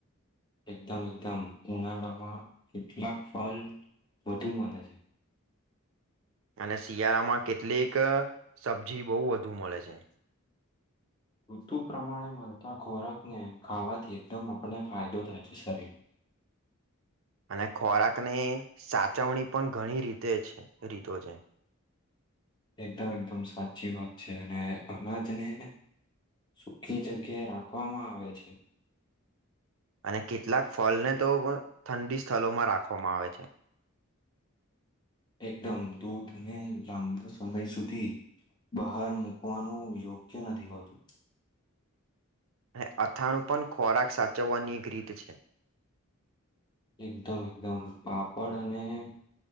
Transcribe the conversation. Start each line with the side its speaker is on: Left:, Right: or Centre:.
Left: એકદમ એકદમ ઉનાળામાં કેટલાક ફલ વધુ મલે છે
Right: અને શિયાળામાં કેટલીક સબજી બહુ વધુ મળે છે
Left: ઋતુ પ્રમાણે મળતા ખોરાકને ખાવાથી એકદમ આપણને ફાયદો થાય છે શરીરને
Right: અને ખોરાકની સાચવણી પણ ઘણી રીતે છે રીતો છે
Left: એકદમ એકદમ સાચી વાત છે અને અનાજને સુકી જગ્યાએ રાખવામાં આવે છે
Right: અને કેટલાક ફલને તો ઠંડી સ્થળમાં રાખવામાં આવે છે
Left: એકદમ દૂધ ને લાંબો સમય સુધી બહાર મુકવાનું યોગ્ય નથી હોતું
Right: અને અથાણું પણ ખોરાક સાચવવાની એક રીત છે
Left: એકદમ એકદમ <unintelligible>